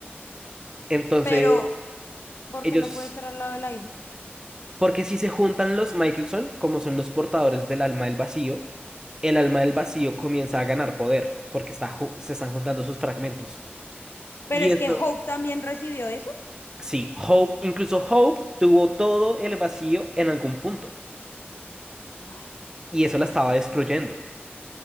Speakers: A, on the right (about 15°); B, on the left (about 65°).
A: Entonces,
B: Pero, ¿por
A: ellos,
B: qué no puede estar al lado de la hija?
A: porque si se juntan los Michelson, como son los portadores del alma del vacío, el alma del vacío comienza a ganar poder, porque está, ju- se están juntando sus fragmentos.
B: Pero
A: Y
B: es
A: eso
B: que Hope también recibió eso.
A: Sí, Hope, incluso Hope tuvo todo el vacío en algún punto
B: Ah,
A: y eso la estaba
B: ok.
A: destruyendo.